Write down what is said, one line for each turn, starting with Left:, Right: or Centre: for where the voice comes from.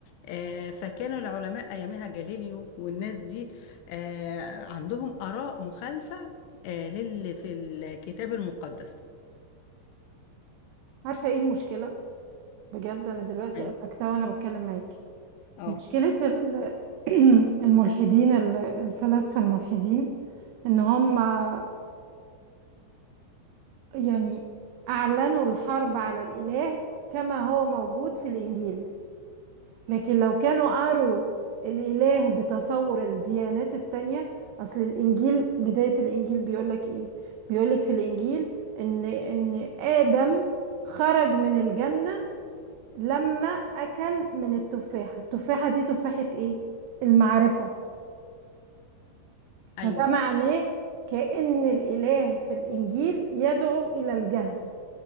Left: آه، فكانوا العلماء أيامها جاليليو والناس دي آه، عندهم آراء مخالفة آه، للي في الكتاب المقدس
Right: عارفة ايه المشكلة بجد انا دلوقتي
Left: أيوه
Right: ادركتها وانا بتكلم معاكي
Left: أه
Right: مشكلة ال- <clears throat> الملحدين ال- الفلاسفة الملحدين ان هم آه، يعني اعلنوا الحرب على الاله كما هو موجود في الانجيل لكن لو كانوا قروا الإله بتصور الديانات التانية أصل الإنجيل بداية الإنجيل بيقولك إيه؟ بيقولك في الإنجيل إن إن آدم خرج من الجنة لما أكل من التفاحة التفاحة دي تفاحة إيه؟ المعرفة فده
Left: أيوه
Right: معناه كأن الإله في الإنجيل يدعو إلى الجهل